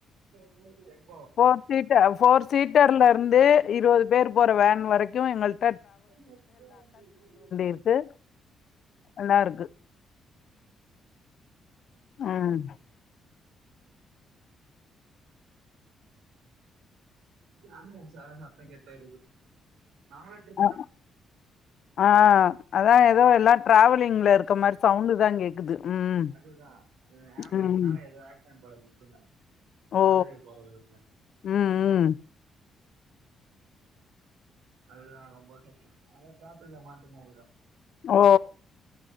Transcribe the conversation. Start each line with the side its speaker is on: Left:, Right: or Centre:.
Right: <unintelligible>
Left: ஃபோர் சீட்ட ஃபோர் சீட்டர்ல இருந்து இருபது பேர் போற வேன் வரைக்கு எங்கள்ட
Right: <unintelligible> அப்டியா <unintelligible>
Left: இருக்கு எல்லாம் இருக்கு ம்
Right: அம்புலன்ஷ் சந்தோ கேட்டுகிட்டு இருக்கு நாங்களு ட்ரிப்
Left: அஹ ஆஹ் அதா ஏதோ எல்லா டிராவலிங்ல இருக்கற மாரி சவுண்டு தா கேக்குது ம்
Right: அதுதான் அது ஆம்புலன்ஸ்னால
Left: ம்
Right: ஏதோ ஆக்சிடென்ட் போல பிரச்சனை
Left: ஓ
Right: மதுரை போற ரூட்ல
Left: ம் ம்
Right: அதுதா ரொம்ப சப்போட் நாங்க டிராஃபிக்ல மாட்டின்னுருக்கோம்
Left: ஓ